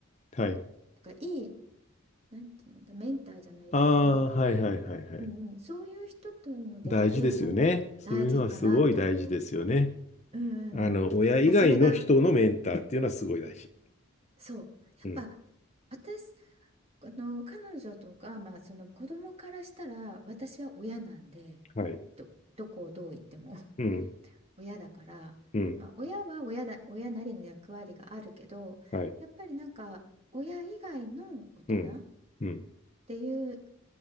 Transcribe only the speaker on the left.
はい。
ああ、はいはいはいはい。
大事ですよね。そういうのはすごい大事ですよね。
あの、親以外の人のメンターっていうのはすごい大事。
うん。
はい。
うん。
うん。
はい。
うん。うん。